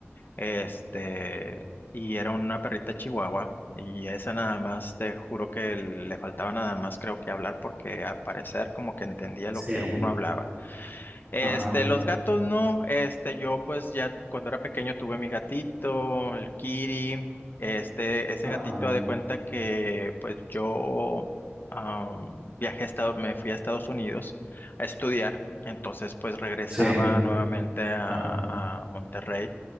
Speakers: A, on the left; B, on the right.
A: Este, y era una perrita chihuahua. Y esa nada más, te juro que le faltaba nada más, creo que hablar, porque al parecer como que entendía
B: Sí,
A: lo que uno hablaba. Este,
B: ajá,
A: los gatos no, este, yo pues ya cuando era pequeño tuve mi gatito, el Kiri, este, ese
B: ajá,
A: gatito haz de cuenta que pues yo am, viajé a Estados, me fui a Estados Unidos a estudiar, entonces pues regresaba
B: sí,
A: nuevamente a,
B: ajá.
A: a Monterrey